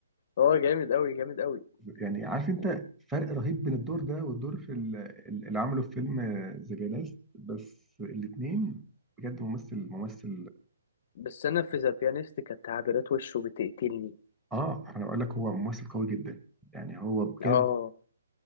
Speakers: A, on the left (about 40°); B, in the centre.
A: هو جامد أوي جامد أوي
B: يعني عارف انت
A: و-
B: فرق رهيب بين الدور ده والدور في ال- اللي عمله في فيلم ذا بيانست بس الاثنين بجد ممثل ممثل
A: بس أنا في ذا بيانيست كانت تعبيرات وشه بتقتلني
B: اه انا بقول لك هو ممثل قوي جدا يعني هو بجد
A: اه